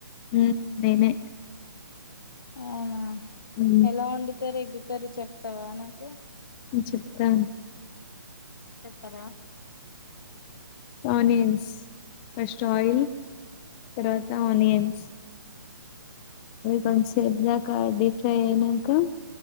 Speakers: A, on the left; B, on the left.
A: ఉ నేనే
B: అవునా
A: ఉమ్
B: ఎలా వండుతారు ఎగ్ కర్రి చెప్తావా నాకు
A: చెప్తాను
B: చెప్పరా
A: ఆనియన్స్ ఫస్ట్ ఆయిల్
B: ఆ
A: తర్వాత
B: ఆ
A: ఆనియన్స్ వన్స్ ఎగ్ లాకా డి ఫ్రై అయినంక